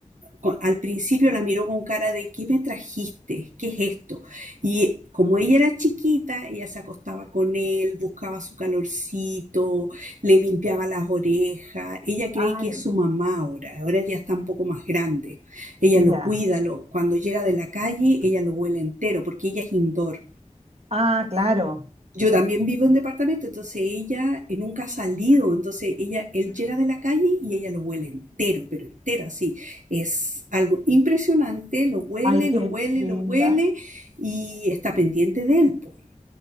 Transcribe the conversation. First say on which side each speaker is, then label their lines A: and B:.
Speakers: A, on the right; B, on the right.
A: co- al principio la miró con cara de ¿qué me trajiste? ¿Qué es esto? Y como ella era chiquita, ella se acostaba con él, buscaba su calorcito, le limpiaba las orejas. Ella cree
B: <laughs> Ay,
A: que es su mamá ahora, ahora ya está un poco más grande. Ella
B: no.
A: lo
B: Ya.
A: cuida, lo- cuando llega de la calle, ella lo huele entero porque ella es indoor.
B: Ah, claro.
A: Yo también vivo en departamento, entonces ella eh, nunca ha salido, entonces ella, él llega de la calle y ella lo huele entero, pero entero así. Es algo impresionante, lo huele,
B: Ay, qué
A: lo huele,
B: linda.
A: lo huele y está pendiente de él, po.